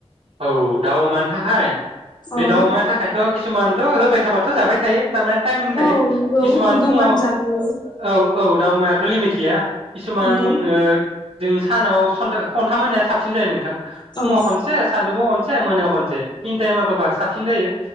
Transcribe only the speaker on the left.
औ
औ नंगौ
होगौमानि
जागौ
नंगौ
औ